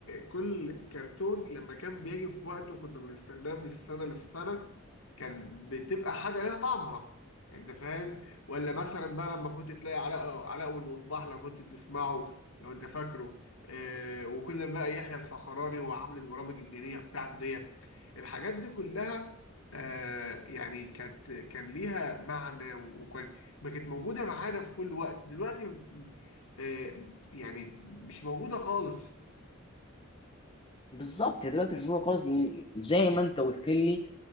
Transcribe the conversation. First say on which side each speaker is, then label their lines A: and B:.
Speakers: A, on the left (about 80°); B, on the left (about 25°).
A: كل كرتون لما كان بيجي في وقته كنا بنستناه من السنة للسنة كان بتبقى حاجة ليها طعمها انت فاهم ولا مثلا بقى لما كنت تلاقي علاء علاء والمصباح لو كنت بتسمعه لو انت فاكره آه، وكل بقى يحيى الفخراني هو عامل البرامج الدينيه بتاعته ديت الحاجات دي كلها آه، يعني كانت كان ليها معنى وكان ما كانت موجوده معانا في كل وقت دلوقتي آه، يعني مش موجوده خالص
B: بالظبط يا دلوقتي مش موجودة خالص لأن زي ما انت قلت لي